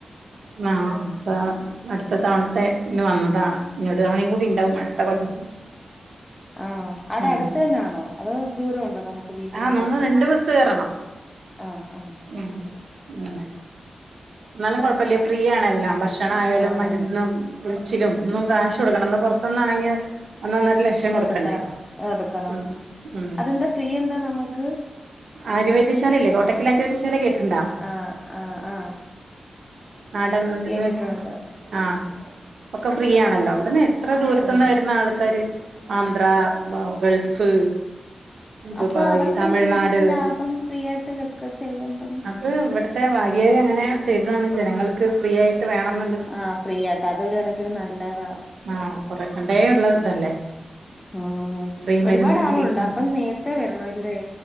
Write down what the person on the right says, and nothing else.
ആഹ് അപ്പം അടുത്ത തവണത്തെ ഇന്ന് വന്നതാണ് ഇനി ഒരു തവണയും കൂടി ഇണ്ടാവും അടുത്ത കൊല്ലം
ഉം
ആഹ് നമ്മള്
രണ്ട് ബസ്സ് കേറണം
ഉം അങ്ങനെ എന്നാലും കൊഴപ്പെല്ല്യാ ഫ്രീ ആണെല്ലാം ഭക്ഷണ ആയാലും
മരുന്നും ഉഴിച്ചിലും ഒന്നും കാശ് കൊടുക്കണ്ട നമ്മള് പൊറത്ത്ന്നാണെങ്കെ ഒന്നൊന്നര ലക്ഷം
കൊടുക്കണ്ടേ
ഉം ഉം
ആര്യവൈദ്യശാലല്ലേ കോട്ടക്കൽ ആര്യവൈദ്യശാല കേട്ടിട്ട്ണ്ടാ
നാടൻ മരുന്ന്
ആഹ് ഒക്കെ ഫ്രീ ആണല്ലോ എവിടുന്ന് എത്ര ദൂരത്ത്ന്ന്
വെരുന്ന് ആൾക്കാര് ആന്ധ്രാ ബ ഗൾഫ് ദുബായ്
തമിഴ്നാട്
അത് ഇവിടുത്തെ വകയില് അങ്ങനെ ചെയ്തതാണ് ജനങ്ങൾക്ക് ഫ്രീ ആയിട്ട് വേണന്ന്ള്ള
ആഹ് കൊറെക്കണ്ടേ പണ്ടേ ഇള്ള ഇതല്ലേ
ഫ്രീ
മരുന്ന്
ചികിത്സ